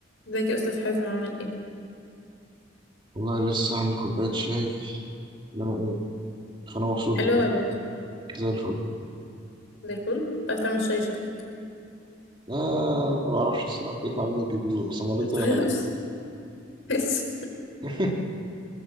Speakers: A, on the left (about 75°); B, on the right (about 25°).
A: ازيك يا استاذ حازم عامل ايه
B: والله لسه عامل كوباية شاي انما ايه فانا مبسوط
A: حلو
B: دلوقتي
A: ولا وحش؟
B: زي الفل
A: زي الفل بتعرف تعمل شاي شكلك
B: آه ما بعرفش الصراحة بيطلع مني البيبي بس المرة
A: <laughs> متغيرش
B: دي طلع حلو يعني
A: بس
B: <laughs>